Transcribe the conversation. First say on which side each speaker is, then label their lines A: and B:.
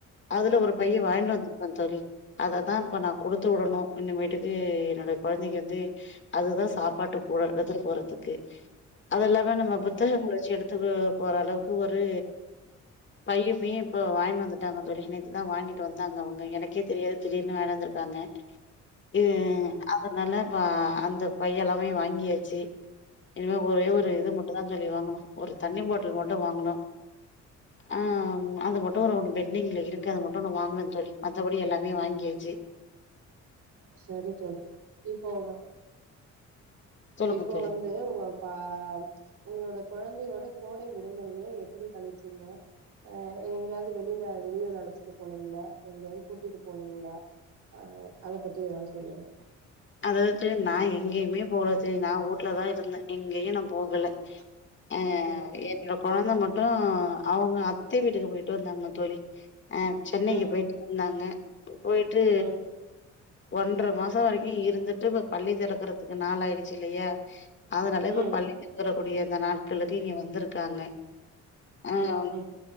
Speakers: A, on the left; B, on the right.
A: அதுல ஒரு பைய
B: ம்
A: வாய்ன்ட்டு வந் அ தோழி அததா இப்ப நா குடுத்து விடணு இனிமேட்டுக்கு என்னோட கொழந்தைக்கு வந்து அதுதா சாப்பாட்டு கூட எடுத்துட்டு போறதுக்கு அது இல்லாம நம்ம
B: ஆ
A: புத்தகங்களு
B: ஆ
A: வச்சு எடுத்துட்டு போற அளவுக்கு ஒரு பையுமே இப்போ வாங்கிட்டு வந்துட்டாங்க தோழி நேத்து தா வாங்கிட்டு வந்தாங்க அவுங்க எனக்கே தெரியாது திடீர்னு வாங்கிட்டு வந்துருக்காங்க ம் அதனால இப்ப அந்த பையெல்லாமே வாங்கியாச்சு இனிமே ஒரே ஒரு
B: ம்
A: இது மட்டுந்தா தோழி வாங்கணு ஒரு தண்ணி பாட்டுல் மட்டு வாங்கணு
B: <inaudible>
A: ஆன் அது மட்டு ஒரு ஒன்னு பெண்டிங்ல இருக்கு அது மட்டு ஒன்னு வாங்கணும்ன்னு தோழி மத்தபடி எல்லாமே வாங்கியாச்சு
B: சரி தோழி இப்போ உங்க
A: சொல்லுங்க
B: இப்போ
A: தோழி
B: வந் து உங்க க உங்களோட கொழந்தையோட கோடை விடுமுறைய எப்பிடி கழிச்சீங்க அ எங்கயாது வெளில வெளியூர் அழச்சிட்டு போனீங்களா எங்கயாவது கூட்டிட்டு போனீங்களா ஆ அத பத்தி எதாது சொல்லுங்க
A: அதேது நா எங்கேயுமே போகல தோழி நா வூட்ல தா இருந்த எங்கயு நா போகல
B: <inaudible>
A: அ
B: ம்
A: எப் எங்க கொழந்த மட்டு அவங்க அத்த வீட்டுக்கு போயிட்டு வந்தாங்க தோழி அ சென்னைக்கு
B: ம்
A: போயிட்டு வந்தாங்க போ போயிட்டு
B: ம்
A: ஒன்ற மாசோ வரைக் கி இருந்துட்டு இப்ப பள்ளி தெறக்கிறதுக்கு நாள் ஆயிருச்சு இல்லையா அதனால இப்ப
B: ம்
A: பள்ளி ளி தெறக்கூடிய இந்த நாட்களுக்கு இங்க வந்திருக்காங்க ஆம்
B: ம் ம்